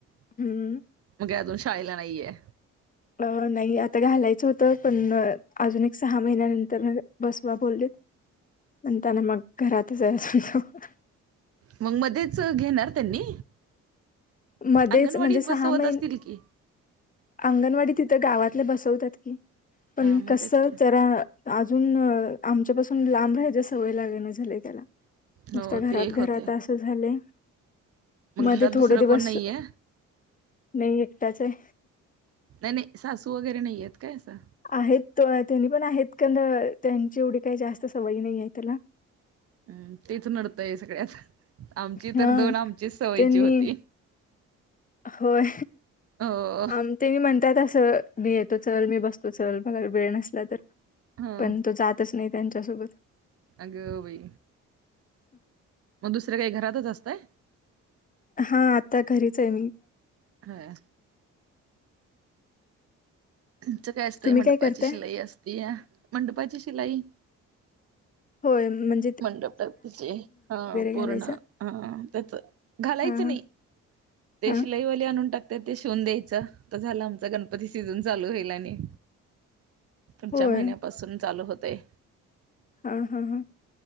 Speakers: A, on the left; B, on the right.
A: हम्म....
B: मग काय अजून शाळेला नाहीये.
A: अ नाही आता घालायचं होतं पण, अजून एक सहा महिन्यानंतर बसवा बोललीत. म्हणताना मग. अजून तो.
B: मग मध्येच घेणार त्यांनी
A: मध्येच
B: अंगणवाडीत
A: म्हणजे सहा
B: बसवत
A: महिने
B: असतील की
A: अंगणवाडी तिथं गावातले बसवतात की. पन
B: हा मग
A: कसं
B: तेच की
A: जरा अजून अ आमच्यापासून लांब राहायची सवय लागना झाल्या त्याला नुसता
B: हो
A: घरात
B: ते एक होतय
A: घरात अस झालय
B: मग
A: मध्ये
B: घरात
A: थोडे
B: दुसरं
A: दिवस
B: कोण नाहीये
A: नाही एकटाच आहे.
B: नाही-नाही, सासू वगैरे नाहीयेत काय असं?
A: आहेतं त्यांनी पणं आहेतं कोणं त्यांची एवढी कांहीं जास्तं सवयी नाहीं आहे त्यांला
B: हं तेच नडतंय सगळ्यात. आमची तर
A: हा
B: दोन आमचीच सवयीची
A: त्यांनी
B: होती.
A: होय.
B: हो.
A: आम त्यांनी म्हणतात असं मी येतो चल मी बसतो चल बघा वेळ नसला तर.
B: हा
A: पण तो जातच नाही त्यांच्यासोबत.
B: अगं बाई, मग दुसरे काय घरातच असताय?
A: हा, आता घरीच आहे मी.
B: होय तुमचं काय असतंय
A: तुम्ही
B: मंडपाची
A: करताय
B: शिलाई असतीया. मंडपाची शिलाई
A: होय म्हण
B: मंडप टाकीचे हा पूर्ण
A: घालायचं
B: हा त्याच घालायचं
A: हा हा
B: नाही ते
A: हा
B: शिलाईवाले आणून टाकतात ते शिवून द्यायचं आता झालं. आमचा गणपती सिझन चालू होईल आणि. पुुढच्या
A: होय
B: महिन्यापासून चालू होतंय
A: हा हा हा